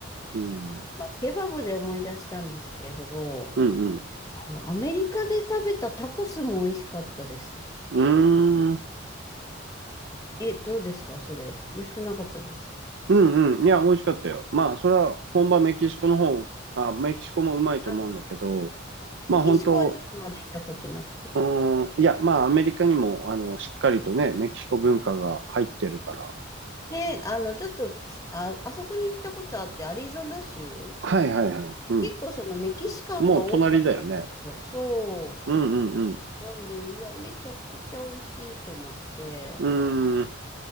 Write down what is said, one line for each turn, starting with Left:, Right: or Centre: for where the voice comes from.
Right: うん。
Left: まあ、ケバブで思い出したんですけど、
Right: うんうん。
Left: あの、アメリカで食べたタコスも美味しかったです。
Right: うーん。
Left: え、どうですかそれ。美味しくなかったです。
Right: うんうん。いや、美味しかったよ。まあ、それは本場メキシコの方、あ、メキシコもうまいと思うんだけど、
Left: あ、
Right: まあ本当、
Left: メキシコはちょっとまだ行ったことなくて。
Right: うーん、いや、まあアメリカにも、あの、しっかりとね、メキシコ文化が入ってるから。
Left: で、あの、ちょっと、あ、あそこに行ったことあって、アリゾナ州
Right: はいはいはい。うん。
Left: 結構そのメキシカンが多かったんですよ。
Right: もう隣だよね。
Left: そ
Right: うんうん
Left: う。なんで、うわ、めちゃくちゃ美味しいと思って。
Right: うん。うーん、